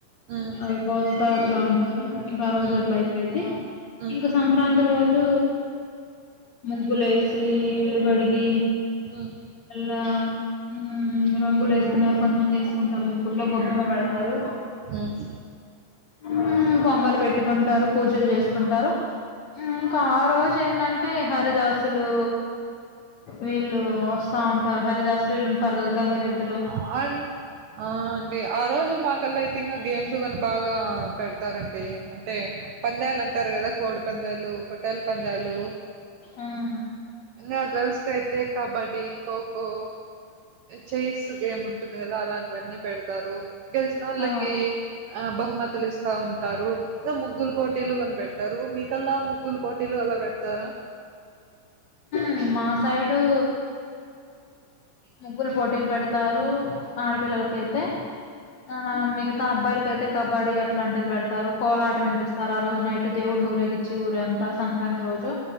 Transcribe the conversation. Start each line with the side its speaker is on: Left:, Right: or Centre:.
Right: ఉమ్
Left: అవి కోస్తా అట్లా ఉంటారు ఇంకా ఆ రోజు
Right: ఉమ్
Left: అట్లా అయి అయితే
Right: ఉమ్
Left: ఇంక సంక్రాంతి రోజూ ముగ్గులేసి ఇల్లు గాడిగి
Right: హ్మ్.
Left: అల్లా ఉమ్మ్ రంగులేసుకునే వరకు కొంతమంది ఏమండీ ఏసుకుంటారు ముగ్గులో గొబ్బెమ్మ పెడతారు
Right: ఉమ్మ్
Left: ఉమ్మ్ బొంగలు పెట్టుకుంటారు పూజలు జేసుకుంటారు ఉమ్మ్ ఇంకా ఆ రోజు ఏందంటే అంటే హరిదాసులు వీళ్లు వస్తా ఉంటారు హరిదాసులు సిల్ళుంటారు గదా గంగిరెద్దు
Right: అ అం అంటే ఆ రోజు మాకల్లాయితే ఇంకా గేమ్స్ గానీ బాగా పెడతారండి అంటే పందాలు అంటారు గదా కోడి పందాలు పోట్టాల్ పందాలు
Left: ఉమ్మ్
Right: ఇగ గర్ల్స్ కేయితే కబడ్డి ఖోఖో ఛైర్స్ గేమ్ ఉంటుంది గదా అలాంటివన్నీ పెడతారు గెలిచిన వాళ్లకి
Left: ఆ
Right: ఆ బహుమతులు ఇస్తా ఉంటారు ఇగ ముగ్గులు పోటీలు గానీ పెడతారా మీకల్లా ముగ్గులు పోటీలు అలా పెడతారా
Left: ఉమ్మ్ మా సైడు ముగ్గులు పోటీలు పెడతారు ఆడపిల్లలకైతే ఆ మిగతా తా అబ్బాయిలకయితే కబడ్డీ అట్లాంటిది పెడతారు కోలాట ఏపిస్తారు ఆ రోజు నైట్ ట్ దేవుడినీ ఊరేగిచ్చి ఊరంతా సంక్రాంతి రోజు